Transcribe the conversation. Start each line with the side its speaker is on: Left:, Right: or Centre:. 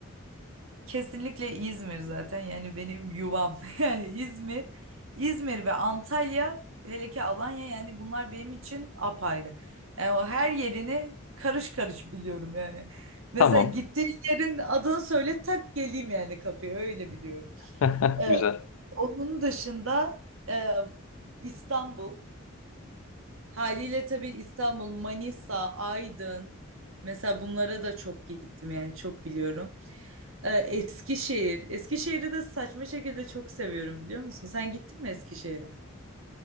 Right: Kesinlikle İzmir zaten yani benim yuvam <laughs> yani İzmir, İzmir ve Antalya hele ki Alanya yani bunlar benim için apayrı. Yani o her yerini karış karış biliyorum yani. Mesela
Left: Tamam.
Right: gittiğin yerin adını söyle tak geleyim yani kapıya öyle biliyorum.
Left: <laughs>
Right: Ee,
Left: Güzel.
Right: onun dışında e, İstanbul. Haliyle tabii İstanbul, Manisa, Aydın mesela bunlara da çok gittim yani çok biliyorum. Ee, Eskişehir. Eskişehir'i de saçma şekilde çok seviyorum biliyor musun? Sen gittin mi Eskişehir'e?